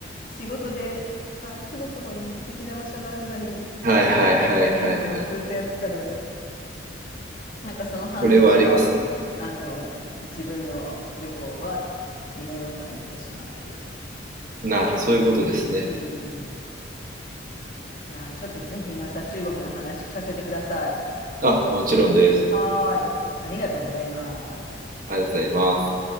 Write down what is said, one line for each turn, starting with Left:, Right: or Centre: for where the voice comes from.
Left: 仕事で、あ、すぐそこに素敵な場所があるのに行けないみたいなのをずっとやってたので、
Right: はいはいはいはいはい。
Left: なんかその反動が、
Right: それはありますね。
Left: あの、自分の旅行はヨーロッパに行ってしまうという。
Right: な、そういうことですね。
Left: うん。いやー、ちょっとぜひまた中国の話聞かせてください。
Right: あ、もちろんです。
Left: はーい。ありがとうございます。
Right: ありがとうございます。